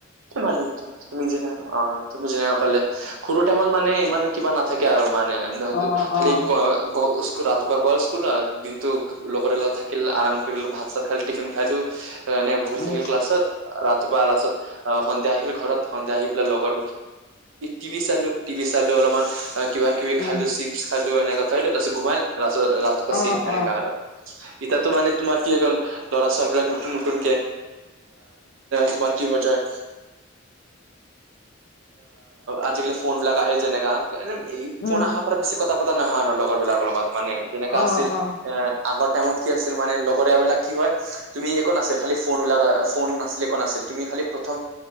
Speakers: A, on the right (about 75°); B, on the left (about 50°).
A: কি মানু্হ তুমি যেনে অ তুমি যেনে অকলে সৰু টাইমত মানে ইমান কিবা নাথাকে আৰু মানে
B: অ
A: খালি
B: অ
A: গ গ ৰাতিপুৱা গাল স্কুল দিনতটো লগৰীয়া লগত থাকিলে আৰাম কৰি ভাত চাত খাই টিফিন খাইলো নাই ভুল
B: উম
A: থাকিল ক্লাছত ৰাতিপুৱা লাছত অ সন্ধিয়া আহিল ঘৰত সন্ধিয়া আহি পেলাই লগৰ টিভি চালো টিভি চালো অলপমান কিবা কিবি
B: উম
A: খালো চিপছ খালো এনেকা লাষ্টত ৰাতিপুৱা
B: অ
A: ছেম এনেকা
B: অ
A: আৰু ইতিতো মানে তোমাৰ কি হৈ গল ল'ৰা ছোৱালী বিলাক নতুন নতুন তোমাৰ কি হৈ যায় আজিকালি ফোন বিলাক আহে যেনেকা এনে ই
B: উম
A: ফোন অহাৰ পৰা বেছি কথা পতা নহয় আৰু লগৰ বিলাকৰ লগত মানে যেনেকা
B: অ
A: আছিল এ
B: অ
A: আগৰ টাইমত কি আছিল মানে লগৰীয়া বিলাক কি হয় তুমি একো নাছিল খালি ফোন বিলাক ফোন নাছিলে একো নাছিল তুমি খালি প্ৰথম